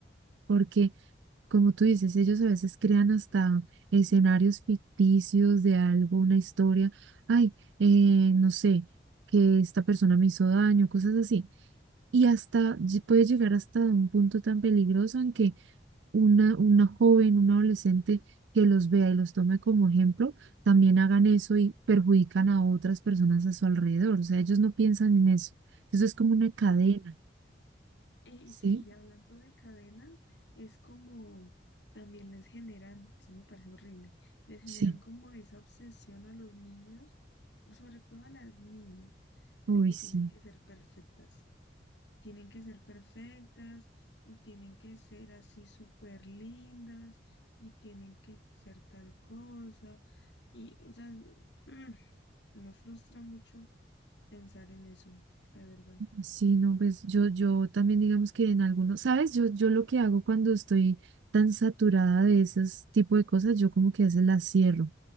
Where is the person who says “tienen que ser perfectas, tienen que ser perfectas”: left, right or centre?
Left